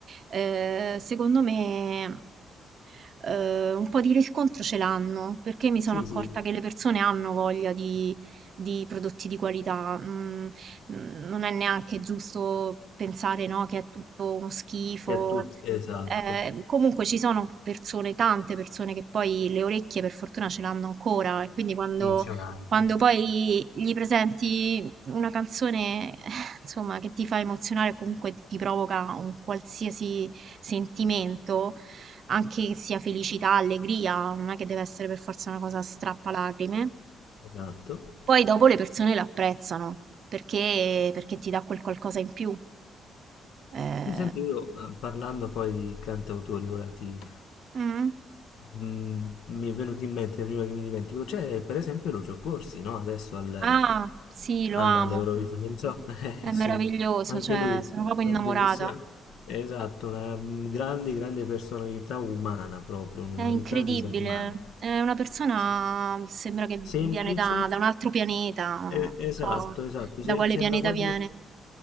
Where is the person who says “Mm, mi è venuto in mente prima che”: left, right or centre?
Left